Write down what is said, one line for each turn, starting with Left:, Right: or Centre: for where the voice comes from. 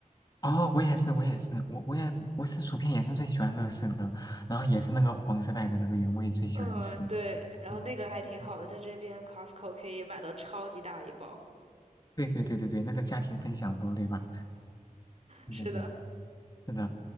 Left: 哦，我也是，我也是，我我也我吃薯片也是最喜欢乐事的，然后也是那个黄色带的那个原味最喜欢吃。
Right: 嗯，对，然后那个还挺好的，
Left: 嗯嗯，
Right: 在这边 Costco 可以买到超级大一包。
Left: 对对对对对，那个家庭分享包对吧？对对对，
Right: 是的
Left: 是的。